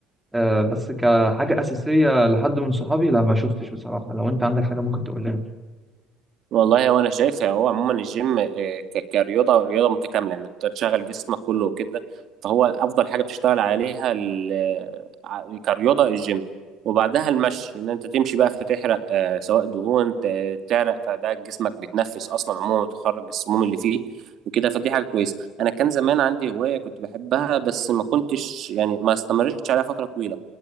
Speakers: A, in the centre; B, on the right.
A: آه بس كحاجه اساسيه لحد من صحابي لا ما شفتش بصراحه لو انت عندك حاجه ممكن تقول لنا
B: والله هو انا شايف هو عموما الجيم آه، ك- كرياضه رياضه متكامله يعني انت تشغل جسمك كله وكده فهو افضل حاجه بتشتغل عليها ال- آه، ع- كرياضه الجيم وبعدها المشي ان انت تمشي بقى فتحرق آه، سواء دهون ت- تعرق فده جسمك بيتنفس اصلا عموما وتخرج السموم اللي فيه وكده فدي حاجه كويسه انا كان زمان عندي هوايه كنت بحبها بس ما كنتش يعني ما استمرتش عليها فتره طويله